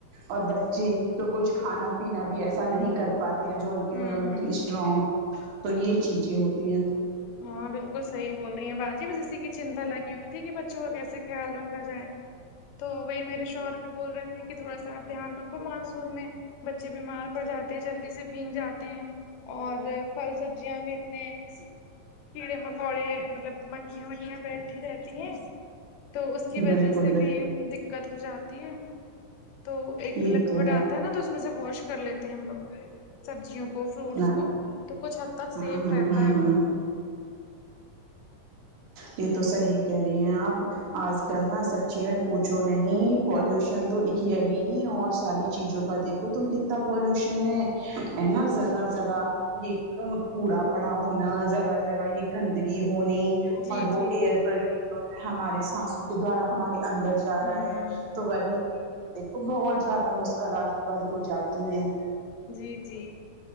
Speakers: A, on the right (about 70°); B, on the left (about 85°).
A: اور بچے تو کچھ کھانا پینا بھی ایسا نہیں کر پاتے ہیں جو ان کی
B: ہوں
A: امیونٹی
B: ہوں
A: اسٹرانگ تو یہ چیزیں ہوتی ہیں
B: ہاں بالکل صحی بول رہی ہیں باجی بس اسی کی چنتا لگی ہوئی تھی کہ بچوں کیسے خیال رکھا جائے تو وہی میرے شوہر بھی بول رہے تھے کہ تھوڑا سا آپ دھیان رکھو مانسون میں بچے بیمار پڑ جاتے ہیں جلدی سے بھینگ جاتے ہیں اور پھل سبزیاں بھی اتنے کیڑے مکوڑے مطلب مکھیا مکھیا بیٹھی رہتی ہیں تو اس کی
A: بالکل
B: وجہ سے
A: بالکل
B: بھی دقت ہو جاتی ہے تو ایک
A: یہ
B: لکوڑ
A: تو
B: آتا ہے نا تو اس میں سے واش کر لیتے ہم لوگ سبزیوں کو فروٹس
A: نا
B: کو
A: نا
B: تو کچھ حد
A: ہوں
B: تک سیف
A: ہوں
B: رہتا
A: ہوں
B: ہے
A: ہوں
B: وہ
A: یہ تو صحی کہہ رہی ہیں آپ آج کل نا سچی ہے پوچھو نہیں پالوشن تو ایک یقینی اور ساری چیزوں کا دیکھو تم کتنا پالوشن ہے ہے نا جگہ جگہ یہ کوڑا پڑا ہونا جگہ جگہ یہ گند ہونی
B: جی
A: اور وہ
B: جی
A: ایئر پوش ہمارے سانسوں کے دوارا ہمارے اندر جا
B: ہوں
A: رہا ہے تو وہی دیکھو ب زیادہ مسکلات بی ہو جاتی ہیں
B: جی جی